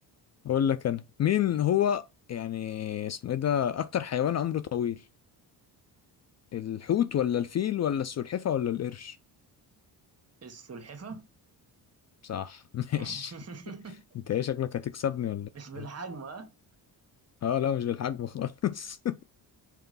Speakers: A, on the left; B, on the right.
A: اقول لك انا مين هو يعني اسمه ايه ده اكتر حيوان عمره طويل الحوت ولا الفيل ولا السلحفة ولا القرش
B: السلحفة
A: صح <laughs> ماشي
B: <laughs>
A: انت ايه شكلك هتكسبني ولا
B: مش بالحجم
A: ايه
B: ها
A: اه لا مش بالحجم خالص